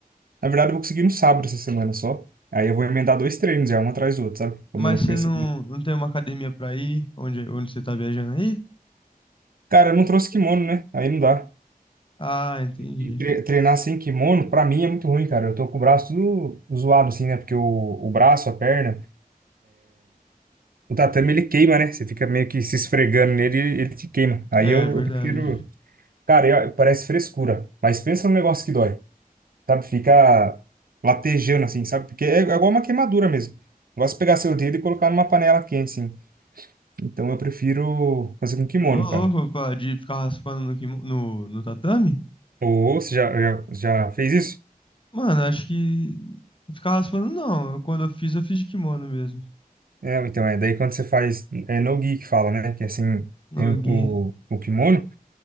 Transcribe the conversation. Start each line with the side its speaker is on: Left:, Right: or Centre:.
Right: Na verdade, eu vou conseguir no sábado essa semana só. Aí eu vou emendar dois treinos já, um atrás do outro, sabe? Como
Left: Mas
Right: eu não fui
Left: você
Right: essa...
Left: não, não tem uma academia pra ir? Onde, onde você tá viajando aí?
Right: Cara, eu não trouxe kimono, né? Aí não dá.
Left: Ah, entendi.
Right: E tre- treinar sem kimono, pra mim, é muito ruim, cara. Eu tô com o braço tudo zoado, assim, né? Porque o, o braço, a perna, o tatame, ele queima, né? Você fica meio que se esfregando nele e ele te queima. Aí
Left: É
Right: eu
Left: verdade.
Right: eu prefiro... Cara, eu- parece frescura, mas pensa num negócio que dói, sabe? Fica latejando assim, sabe? Porque é, é igual uma queimadura mesmo. Eu gosto de pegar seu dedo e colocar numa panela quente, assim. Então eu prefiro fazer com kimono,
Left: Ô, louco,
Right: cara.
Left: pá, de ficar raspando no, quimo- no, no tatame?
Right: Ou você já, já, já fez isso?
Left: Mano, acho que não ficar raspando, não. Eu- Quando eu fiz, eu fiz de kimono mesmo.
Right: É, então é. Daí quando você faz, é no-gi que fala, né? Que é assim,
Left: No
Right: tem o,
Left: gi.
Right: o, o kimono,